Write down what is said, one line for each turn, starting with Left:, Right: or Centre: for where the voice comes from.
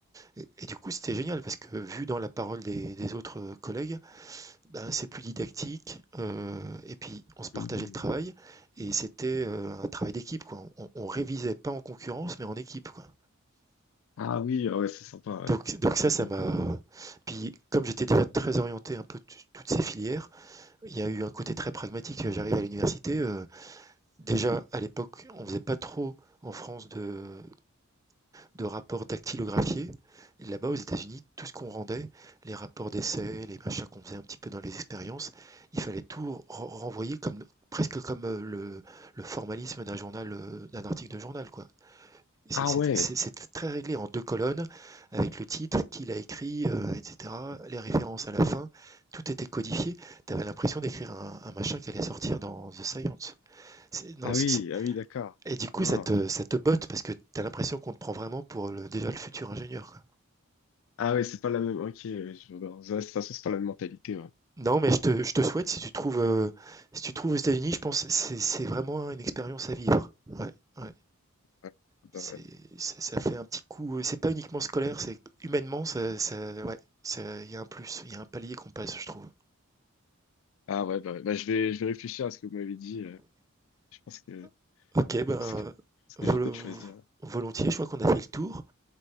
Right: Et, et du coup, c'était génial parce que vu dans la parole des, des autres euh, collègues, ben, c'est plus didactique. euh, et puis, on se partageait
Left: Mhm.
Right: le travail. Et c'était euh, un travail d'équipe. Quoi. On, on révisait pas en concurrence, mais en équipe. Quoi.
Left: Ah oui, ah ouais, c'est sympa. ouais.
Right: Donc donc ça, ça m'a
Left: Ouais.
Right: puis comme j'étais déjà très orienté un peu t toutes ces filières, il y a eu un côté très pragmatique. euh, j'arrive à l'université, heu, déjà à l'époque, on faisait pas trop en France de de rapports dactylographiés et là-bas, aux États-Unis, tout ce qu'on rendait, les rapports d'essais, les machins qu'on faisait un petit peu dans les expériences, il fallait tout ren renvoyer comme presque comme, heu, le le formalisme d'un journal, heu, d'un article de journal, quoi. C'est
Left: Ah
Right: c'est-
Left: ouais,
Right: c'est- c'est très réglé en deux colonnes, avec le titre, qui l'a écrit, euh, etc. Les références à la fin, tout était codifié. Tu avais l'impression d'écrire un, un machin qui allait sortir dans The Science. C'est- non,
Left: ah
Right: c'est-
Left: oui,
Right: c'est-
Left: ah oui, d'accord.
Right: Et du coup,
Left: Ah,
Right: ça te, ça te botte parce que tu as l'impression qu'on te prend vraiment pour le, déjà le futur ingénieur. quoi.
Left: ah ouais, c'est pas la même. Ok, ouais, je... vois. Ouais, de toute façon, c'est pas la même mentalité. Ouais.
Right: Non, mais je te, je te souhaite, si tu trouves, euh, si tu trouves aux États-Unis, je pense que c'est c'est vraiment une expérience à vivre. Ouais, ouais.
Left: Ouais. Ah
Right: C'est
Left: Bah, ouais,
Right: ça ça fait un petit coup, euh, c'est pas uniquement scolaire, c'est humainement, ça ça ouais, ça il y a un plus, il y a un palier qu'on passe, je trouve.
Left: Ah ouais, bah, ouais. Bah, je vais, je vais réfléchir à ce que vous m'avez dit. euh, Je pense que,
Right: <laughs> OK, ben,
Left: je pense que, je pense que
Right: volo
Left: je vais peut-être choisir.
Right: volontiers, je crois qu'on a fait le tour.